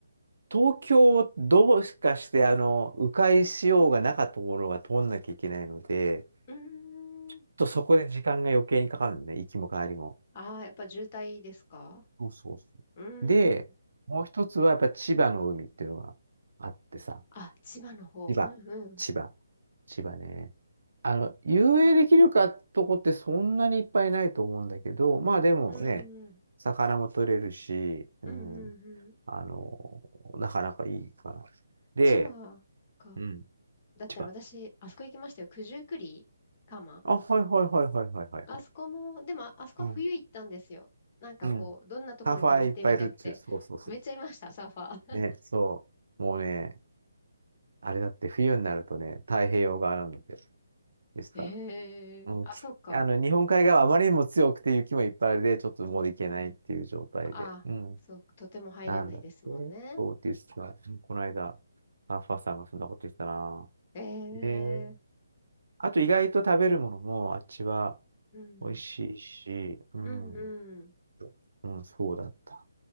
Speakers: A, on the right; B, on the left.
A: 東京をどうしかして、あの、迂回しようがなかったところが通んなきゃいけないので、ち
B: うんうーん。
A: ょっとそこで時間が余計にかかるんで、ね行きも帰りも。
B: ああー、やっぱ渋滞ですか
A: そうそうそ
B: うん。
A: う。で、もう一つはやっぱ千葉の海っていうのがあってさ、
B: あ、千葉の方。
A: 千葉、
B: うんうん。
A: 千葉、千葉ね。あの、遊泳できるかとこってそんなにいっぱいないと思うんだけど、まあでもね、
B: うんうん。
A: 魚も取れるし、うん、
B: うんうんうん。
A: あの、なかなかいいかな。で、
B: 千葉か。
A: うん。
B: だったら私、
A: 千葉
B: あそこ行きましたよ。九十九里蒲
A: あ、はいはいはいはいはいはいはい。
B: あそこも、でもああそこは冬行ったんですよ。
A: うん。
B: なんかこう、
A: うん。
B: どんなところか見てみたくて。
A: サーファーいっぱいいるっちゅう。そうそうそう。
B: めっちゃいました、サーファー。
A: ね、そう。もうね、あれだって冬になるとね、太平洋側なんだって。でした。
B: <laughs> ええあ、
A: うん。きあの、
B: そっか。
A: 日本海側はあまりにも強くて雪もいっぱいあるで、ちょっともう行けないっていう状態で。
B: あ、
A: うん。
B: そう、とても入れないですもんね。
A: なんだって。そうって言ってた。うんこの間、サーファーさんがそんなこと言ってたな。
B: ええ
A: えー、あと意外と食べるものもあっちは
B: うん。
A: 美味しいし、うん、
B: うんうん。
A: うん、そうだった。